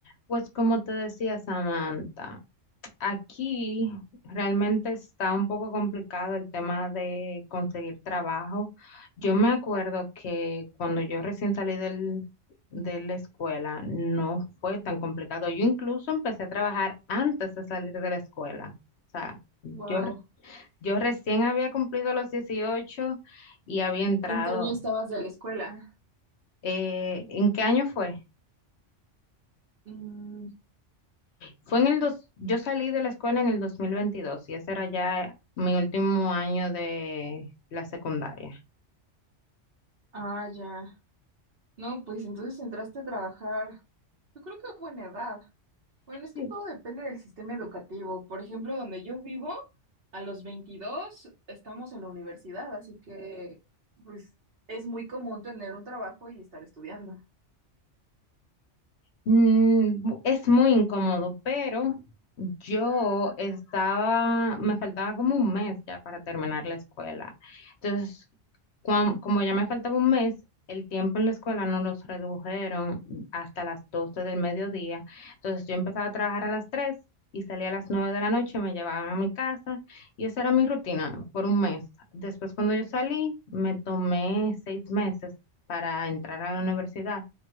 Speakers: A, on the left; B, on the right.
A: Pues como te decía Samantha, aquí realmente está un poco complicado el tema de conseguir trabajo. Yo me acuerdo que cuando yo recién salí del, de la escuela no fue tan complicado. Yo incluso empecé a trabajar antes de salir de la escuela. O sea,
B: Wow.
A: yo, re- yo recién había cumplido los 18 y había entrado.
B: ¿En qué año estabas de la escuela?
A: Eh, ¿en qué año fue?
B: Mm,
A: Fue en el dos, yo salí de la escuela en el 2022 y ese era ya mi último año de la secundaria.
B: ah, ya. No, pues entonces entraste a trabajar. Yo creo que a buena edad. Bueno, es
A: Sí,
B: que todo depende del sistema educativo. Por ejemplo, donde yo vivo, a los 22 estamos en la universidad, así que pues es muy común tener un trabajo y estar estudiando.
A: Mm, bu- es muy incómodo, pero yo estaba, me faltaba como un mes ya para terminar la escuela. Entonces, cuan- como ya me faltaba un mes, el tiempo en la escuela nos los redujeron hasta las 12 del mediodía. Entonces, yo empezaba a trabajar a las 3 y salía a las 9 de la noche, me llevaban a mi casa y esa era mi rutina por un mes. Después, cuando yo salí, me tomé seis meses para entrar a la universidad